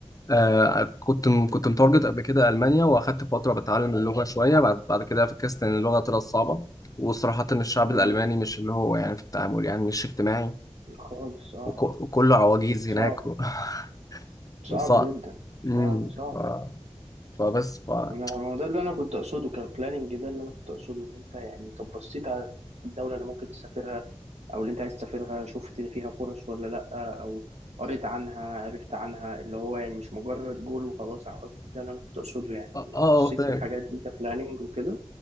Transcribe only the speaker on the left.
آه كنت كنت متارجت قبل كده المانيا واخدت فتره بتعلم اللغه شويه بعد بعد كده فكست ان اللغه طلعت صعبه وصراحه إن الشعب
الالماني مش اللي هو يعني في التعامل يعني مش اجتماعي
وك- وكله عواجيز هناك
و- <laughs>
وصعب
امم
ف... فبس ف اه
آه،
فاهم